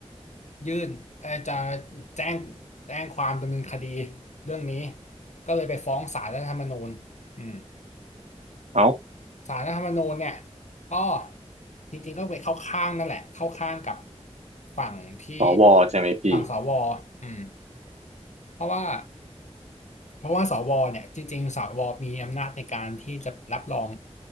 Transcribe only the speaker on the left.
ยื่นเอ่อจะแจ้งแจ้งความดำเนินคดีเรื่องนี้ก็เลยไปฟ้องศาลรัฐธรรมนูญอืม
ศาลรัฐธรรมนูญเนี่ยก็จริงๆก็ไปเข้าข้างนั่นแหละเข้าข้างกับฝั่งที่
ฝั่งสวอืมเพราะว่า เพราะว่าสวเนี่ยจริงๆสวมีอำนาจในการที่จะรับรอง